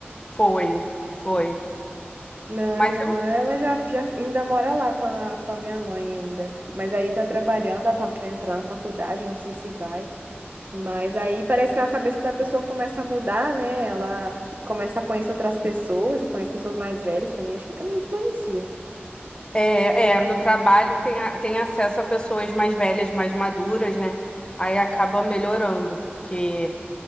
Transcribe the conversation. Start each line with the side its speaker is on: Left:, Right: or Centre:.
Left: Foi, foi.
Right: Não,
Left: Mas
Right: minha irmã, ela já, já ainda mora lá com a, com a minha mãe ainda. Mas aí tá trabalhando, ela tava querendo entrar na faculdade, não sei se vai. Mas aí parece que a cabeça da pessoa começa a mudar, né? Ela começa a conhecer outras pessoas e conhece pessoas mais velhas também, acho que também influencia.
Left: É, é, no trabalho tem, a- tem acesso a pessoas mais velhas, mais maduras, né? Aí acaba melhorando, porque